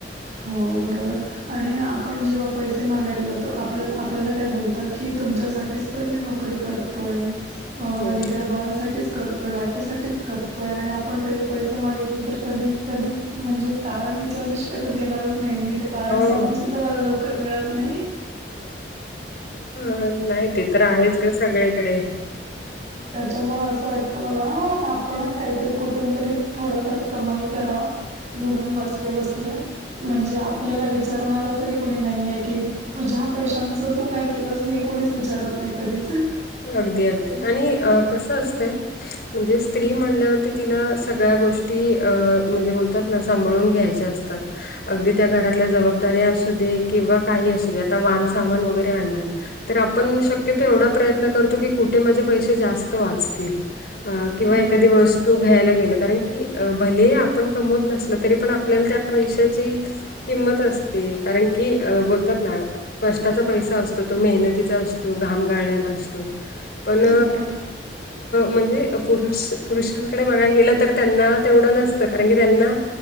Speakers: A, on the right; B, on the left.
A: हो बरोबर आणि आपण जेव्हा पैसे मागायला जातो आपल्या आपल्याला काय बोलतात की तुमच्यासाठीच मी नोकरी करतोय
B: हो
A: लेसाठी करतोय बायकोसाठीठीच करतोय आणि आपण कधी पैसे मागितले तर कधी कधीच म्हणजे कारण विचारल्याशिवायता देणारच नाही मी ते कारण
B: हो
A: सामान सुद्धा मला लवकर मिळत नाही
B: हा नाही ते तर आहेच ग सगळीकडे
A: त्याच्यामुं असं वाटतं मला आपणच काहीतरी कुठून तरी थोडंफार कमाई कराव घरून बसल्या बसल्या म्हणजे आपल्याला विचारणार तरी कोणी नाहीये की तुझ्या पैशांचं तू काय केलं हे कोणीच विचारत नाही कधीच
B: अगदी अगदी आणि कसं असतंय म्हणजे स्त्री म्हणल्यावरती तिला सगळ्या गोष्टी म्हणजे बोलतात सांभाळून घ्यायचे असतात अगदी त्या घरातल्या जबाबदारी्या असू दे किंवा काही असू दे आता वान सामान वगैरे आणलं तर आपण शक्यतो एवढा प्रयतो की कुठे माझे पै जास्त वाचतील किंवा
A: बरोबर
B: एखादी
A: आहे
B: तो घ्यायला गेला कारण की भले आपण कमवत नसल तरी पण आपल्याला त्या पैशाची किंमत असते कारण की अ बोलतात ना कष्टाचा पैसा असतो तो मेहनतीचा असतो घाम गाळल्याला पण
A: बरोबर
B: म्हणजे पुरुष पुरुषांकडे बघाला गेलं तर त्यांना तेवढं नसतं कारण की त्यांना